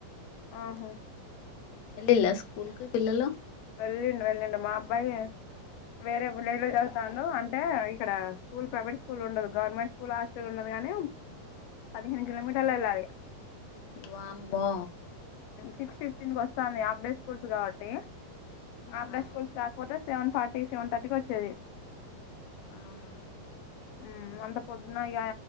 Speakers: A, on the left; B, on the left.
A: ఆహ్
B: వెళ్ళిల్లా స్కూల్ కి పిల్లలు
A: వెళ్ళిండు వెళ్ళిండు మా అబ్బాయి వేరే విలేజ్ లో చదువుతాండు అంటే ఇక్కడ స్కూల్ ప్రైవేట్ స్కూల్ ఉండదు, గవర్నమెంట్ స్కూల్ హాస్టల్ ఉన్నది కానేం పదిహేను కిలోమీటర్లు ఎల్లాలి
B: వామ్మో
A: సిక్స్ ఫిఫ్టీన్ కి వస్తాంది ఆఫ్ డే స్కూల్స్ కాబట్టి
B: ఆ
A: ఆఫ్ డే స్కూల్స్ కాకపోతే సెవెన్ ఫార్టీ సెవెన్ థర్టీకి వచ్చేది
B: అవునా
A: ఉమ్ అంత పొద్దున ఇగ